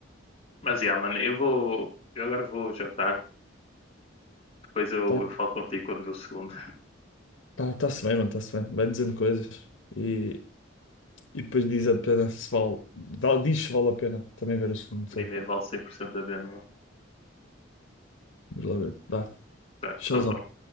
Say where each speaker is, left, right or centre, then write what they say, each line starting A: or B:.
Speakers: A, on the left; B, on the left.
A: Mas, yeah, mano, eu vou. Eu agora vou jantar. Depois eu,
B: Tá,
A: eu falo contigo quando ver o segundo. <laughs>
B: tá, tá-se bem, mano, está-se bem. Vai dizendo coisas e, e depois diz a pena se vale. dá- Diz se vale a pena também ver o segundo
A: Primeiro
B: filme.
A: vale 100% a pena, mano.
B: Vamos lá ver. Dá.
A: Tá, tchauzão.
B: Tchauzão.